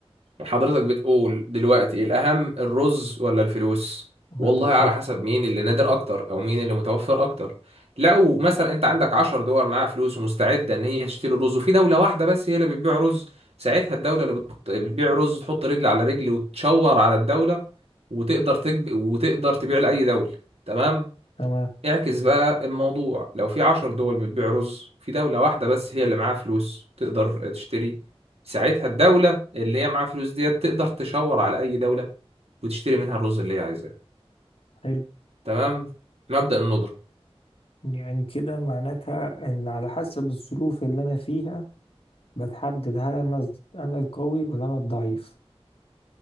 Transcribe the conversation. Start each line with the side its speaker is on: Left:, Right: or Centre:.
Right: حضرتك بتقول دلوقتي الأهم الرز ولا الفلوس؟
Left: أنا
Right: والله
Left: بالظبط
Right: على حسب مين اللي نادر أكتر أو مين اللي متوفر أكتر لو مثلا أنت عندك عشر دول معاها فلوس ومستعدة إن هي تشتري رز وفي دولة واحدة بس هي اللي بتبيع رز ساعتها الدولة اللي بت- بتبيع رز تحط رجل على رجل وتشور على الدولة وتقدر تجب... وتقدر تبيع لأي دولة تمام
Left: تمام
Right: اعكس بقى الموضوع لو في عشر دول بتبيع رز في دولة واحدة بس هي اللي معاها فلوس تقدر تشتري ساعتها الدولة اللي هي معاها فلوس ديت تقدر تشاور على أي دولة وتشتري منها الرز اللي هي عايزاه
Left: حلو
Right: تمام مبدأ الندرة
Left: يعني كده معناتها ان على حسب الظروف اللي انا فيها بتحدد هل انا انا القوي ولا انا الضعيف